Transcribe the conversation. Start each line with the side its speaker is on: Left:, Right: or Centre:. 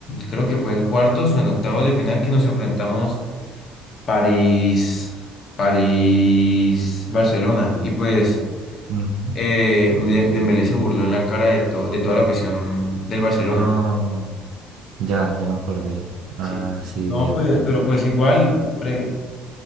Left: Creo que fue en cuartos o en octavos de final que nos enfrentamos París, París, Barcelona. Y pues
Right: Ujú.
Left: eh, de- Dembélé se burló en la cara de, to- de toda la afición del Barcelona.
Right: Ah, ya, ya me acordé. Ah,
Left: Sí. No,
Right: sí, Diego.
Left: pues, pero pues igual pre-